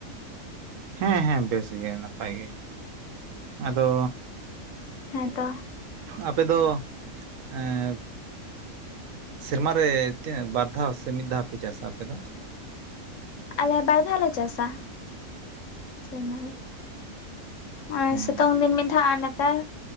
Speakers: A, on the right; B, on the left.
A: ᱦᱮᱸ ᱦᱮᱸ ᱵᱮᱥ ᱜᱮ ᱱᱟᱯᱟᱭ ᱜᱮ ᱟᱫᱚ
B: ᱦᱮᱸ ᱛᱚ
A: ᱟᱯᱮ ᱫᱚ ᱮᱸ ᱥᱮᱨᱢᱟ ᱨᱮ ᱛᱤᱱᱟᱹᱜ ᱵᱟᱨ ᱫᱷᱟᱣ ᱥᱮ ᱢᱤᱫ ᱫᱷᱟᱣ ᱯᱮ ᱪᱟᱥᱟ ᱟᱯᱮ ᱫᱚ?
B: ᱟᱞᱮ ᱵᱟᱨ ᱫᱷᱟᱣ ᱞᱮ ᱪᱟᱥᱟ ᱥᱮᱨᱢᱟ ᱨᱮ ᱟᱨ
A: ᱦᱮᱸ
B: ᱥᱤᱛᱳᱝ ᱫᱤᱱ ᱢᱤᱫ ᱫᱷᱟᱣ ᱟᱨ ᱱᱮᱛᱟᱨ